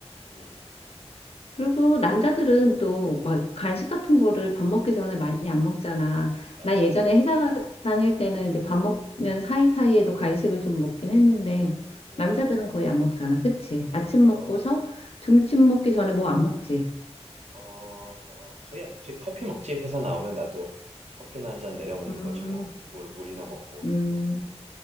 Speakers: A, on the right (about 80°); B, on the left (about 60°).
A: 음,
B: 그리고 남자들은 또 막
A: 음,
B: 간식 같은 거를 밥 먹기 전에 많이 안 먹잖아.
A: 맞아.
B: 난 예전에 회사
A: 어,
B: 다닐 때는 이제 밥 먹는 사이사이에도 간식을 좀 먹긴 했는데
A: 음,
B: 남자들은 거의 안 먹잖아. 그치? 아침 먹고서
A: 어,
B: 점심 먹기 전에 뭐 안 먹지?
A: 어, 어, 거의 안 먹지. 커피 먹지. 회사 나오면 나도 커피나 한잔 내려 먹는
B: 음,
A: 거지 뭐. 물 물이나 먹고.
B: 음.